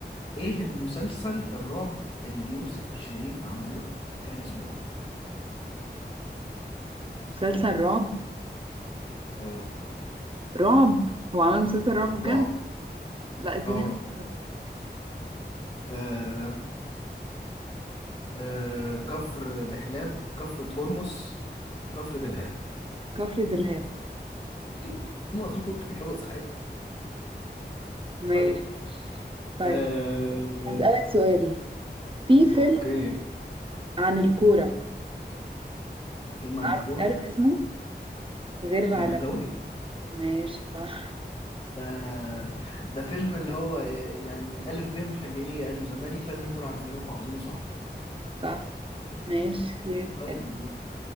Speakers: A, on the left; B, on the right.
A: ايه المسلسل الرعب اللي يوسف الشريف عمله وكان اسمه ايه
B: مسلسل رعب
A: اه
B: رعب هو عمل مسلسل رعب بجد؟
A: رعب
B: لا اديني
A: اه
B: اختيارات
A: آه، آه كفر دحلاب كفر هرمس كفر دلهاب
B: كفر دلهاب
A: <laughs> مظبوط إجابة صحيحة
B: ماشي
A: طيب
B: طيب
A: آه
B: هسألك سؤال في فيلم
A: أوكي
B: عن الكورة
A: فيلم عن
B: عارف
A: الكورة
B: عارف اسمه غير العالمي
A: زمهلوية
B: ماشي صح
A: ده ده فيلم اللي هو آه، يعني ألف ب مشجعي أهلي وزمالك لازم يكونوا عارفينه وحافظينه صم
B: صح ماشي غير
A: طيب